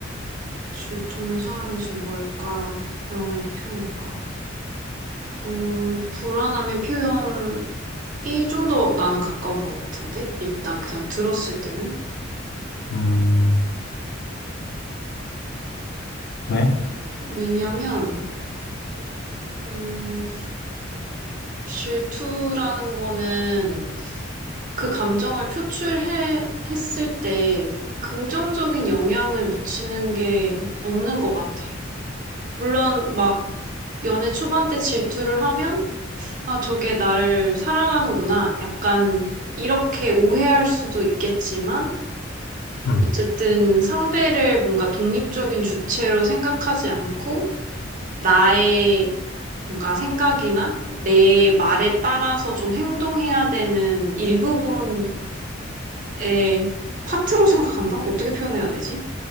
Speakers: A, on the right (about 45°); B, on the left (about 55°).
A: 질투는 사랑이 준 걸까? 불안함의 표현일까? 어, 불안함의 표현이 좀 더 나는 가까운 것 같은데? 일단 그냥 들었을 때는?
B: 음, 왜?
A: 왜냐면, 음, 질투라는 거는 그 감정을 표출해 했을 때 긍정적인 영향을 미치는 게 없는 것 같아. 물론 막 연애 초반 때 질투를 하면 아 저게 나를 사랑하는구나 약간 이렇게 오해할 수도 있겠지만
B: 음,
A: 어쨌든 상대를 뭔가 독립적인 주체로 생각하지 않고 나의 뭔가 생각이나 내 말에 따라서 좀 행동해야 되는 일부분 에 파트로 생각한다? 어떻게 표현해야 되지?